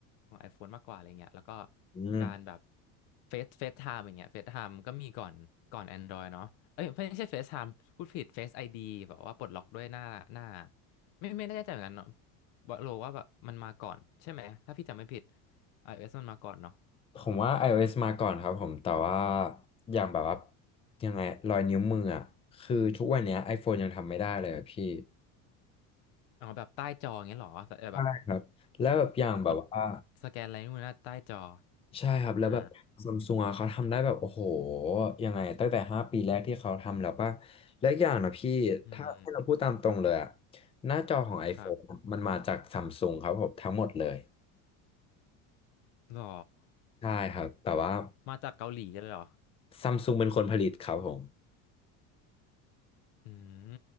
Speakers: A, on the left; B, on the left.
A: ของ iPhone มากกว่าอะไรเงี้ยแล้วก็
B: อืม
A: การแบบเฟซเฟซไทม์อย่างเงี้ยเฟซไทม์ก็มีก่อนก่อน Android เนาะเอ้ยไม่ใช่เฟซไทม์พูดผิดเฟซไอดีแบบว่าปลดล็อกด้วยหน้าหน้าไม่ไม่แน่ใจเหมือนกันเนาะบอกโลว่าแบบมันมาก่อนใช่ไหมถ้าพี่จำไม่ผิด iOS มันมาก่อนเนาะ
B: ผมว่า iOS มาก่อนครับผมแต่ว่าอย่างแบบว่ายังไงรอยนิ้วมืออ่ะคือทุกวันเนี้ย iPhone ยังทำไม่ได้เลยอะพี่
A: อ๋อแบบใต้จออย่างเงี้ยเหรอแต่แบบ
B: ใช่ครับแล้วแบบอย่างแบบว่า
A: กดสแกนอะไรนู่นนะใต้จอ
B: ใช่ครับแล้วแบบซัมซุงอ่ะเขาทำได้แบบโอ้โห
A: อ่า
B: ยังไงตั้งแต่ห้าปีแรกที่เขาทำแล้วป่ะและอกอย่างนะพี่ถ้าให้เราพูดตามตรงเลยอ่ะ
A: อืม
B: หน้าจอของ iPhone
A: ครับ
B: อะมันมาจากซัมซุงครับผมทั้งหมดเลย
A: หรอ
B: ใช่ครับแต่ว่า
A: มาจากเกาหลีเลยเหรอ
B: ซัมซุงเป็นคนผลิตครับผม
A: อืม